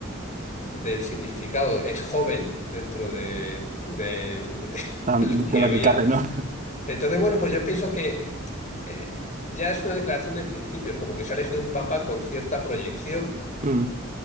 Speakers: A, on the left; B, on the right.
A: del significado. Es joven dentro de, de- de
B: Tan-
A: <laughs> lo que
B: De lo
A: había.
B: que cabe, ¿no?
A: Entonces, bueno, pues yo pienso que eh, ya es una declaración de principios, como que se ha elegido un papa con cierta proyección
B: Mm.